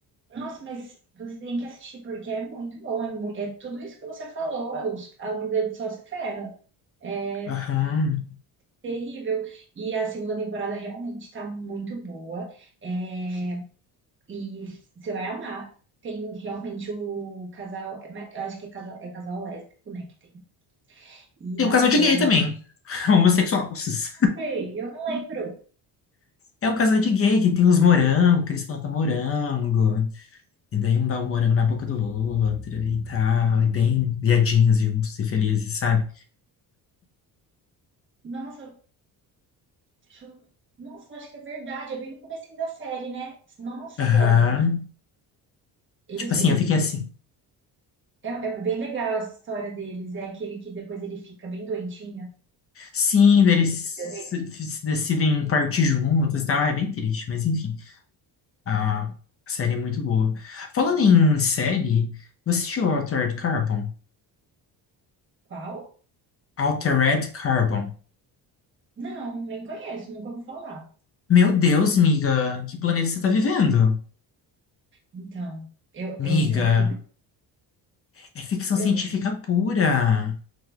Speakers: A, on the right (about 30°); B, on the left (about 35°).
A: Nossa, mas você tem que assistir porque é muito bom. É, mu- é tudo isso que você falou. os- A humanidade só se ferra. É
B: Aham.
A: terrível. E a segunda temporada realmente tá muito boa. é, E você vai amar. Tem realmente o casal. é ma- Eu acho que é casal, é casal lésbico, né? Que tem. E
B: Tem
A: nossa,
B: um casal de gay
A: é maravilhoso.
B: também, <laughs> homossexuais.
A: Ei, Eu não lembro.
B: É um casal de gay que tem os morangos, que eles plantam morango. E daí um dá o morango na boca do outro e tal, e bem viadinhos juntos e felizes, sabe?
A: Nossa, deixa eu- nossa, eu acho que é verdade. É bem no comecinho da série, né? Nossa,
B: Aham.
A: eles,
B: Tipo assim,
A: eles
B: eu fiquei assim.
A: É, é bem legal essa história deles. É aquele que depois ele fica bem doentinho
B: Sim,
A: e o
B: daí
A: outro
B: eles
A: cuida dele.
B: se, se decidem partir juntos e tal. Ah, é bem triste, mas enfim. A série é muito boa. Falando em série, você assistiu Altered Carbon?
A: Qual?
B: Altered Carbon.
A: Não, nem conheço, nunca ouvi falar.
B: Meu Deus, miga, que planeta você tá vivendo?
A: Então, eu,
B: Miga,
A: eu, é porque eu,
B: é ficção
A: eu-
B: científica pura.